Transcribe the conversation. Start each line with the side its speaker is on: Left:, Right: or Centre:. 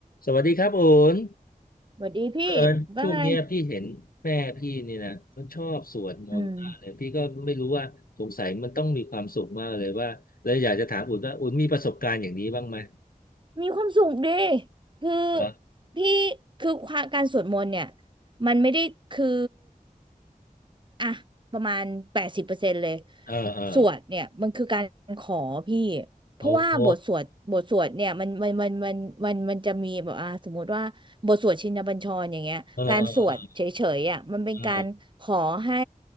Left: สวัสดีครับโอน
Right: สวัสดีพี่ว่าไง
Left: เออช่วงเนี้ยพี่เห็นแม่พี่นี่นะมันชอบสวดมนต์มากเลยพี่ก็ไม่รู้ว่าสงสัยมันต้องมีความสุขมากเลยว่าเลยอยากจะถามอุ่นว่าอุ่นมีประสบการณ์อย่างนี้บ้างไหม
Right: อืม มีความสุขดิคือ
Left: เหรอ
Right: พี่คือความการสวดมนต์เนี่ยมันไม่ได้คืออ่ะประมาณแปดสิบเปอร์เซ็นต์เลย
Left: เออเออ
Right: สวดเนี่ยมันคือการขอพี่เพราะว่าบทสวดบทสวดเนี่ยมันมันมันมันมันมันจะมีแบบอ่าสมมติว่าบทสวดชินบัญชรอย่างเงี้ยการสวดเฉยๆอ่ะมันเป็นการขอให้
Left: โอ้โหเออเออเออ